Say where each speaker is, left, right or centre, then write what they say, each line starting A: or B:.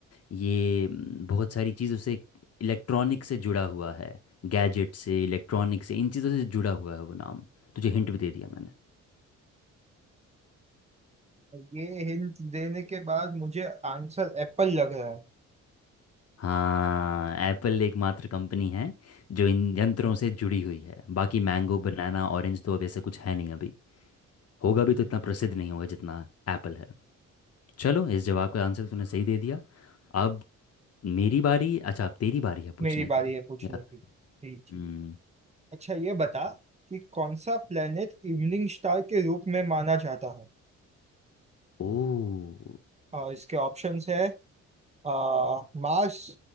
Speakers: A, on the left; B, on the right.
A: ये म, बहुत सारी चीज़ों से इलेक्ट्रॉनिक से जुड़ा हुआ है गैजेट से इलेक्ट्रॉनिक से इन चीज़ों से जुड़ा हुआ है वो नाम तुझे हिंट भी दे दिया मैंने
B: ये हिंट देने के बाद मुझे आंसर एप्पल लग रहा है
A: हाँ एप्पल एकमात्र कंपनी है जो इन यंत्रों से जुड़ी हुई है बाकी मैंगो बनाना ऑरेंज तो अब ऐसा कुछ है नहीं अभी होगा भी तो इतना प्रसिद्ध नहीं होगा जितना एप्पल है चलो इस जवाब का आंसर तूने सही दे दिया अब मेरी बारी अच्छा अब तेरी बारी है पूछने
B: मेरी बारी
A: की
B: है पूछने
A: याद
B: की जी जी
A: हम्म
B: अच्छा ये बता कि कौन सा प्लेनेट इवनिंग स्टार के रूप में माना जाता है
A: ओ
B: और इसके ऑप्शंस है आ, मार्स